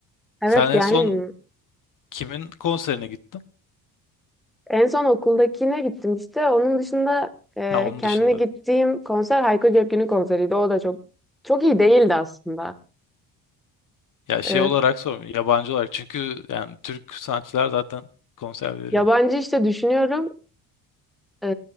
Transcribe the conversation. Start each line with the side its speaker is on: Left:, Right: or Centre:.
Centre: Evet
Left: Sen
Centre: gelmiyor.
Left: en son kimin konserine gittin?
Centre: En son okuldakine gittim işte. Onun dışında e,
Left: Ha onun
Centre: kendine
Left: dışında.
Centre: gittiğim konser Hayko Cepkin'in konseriydi. O da çok çok iyi değildi aslında.
Left: Ya şey
Centre: E,
Left: olarak sormuyorum yabancı olarak çünkü yani Türk sanatçılar zaten konser veriyor.
Centre: yabancı işte düşünüyorum. E,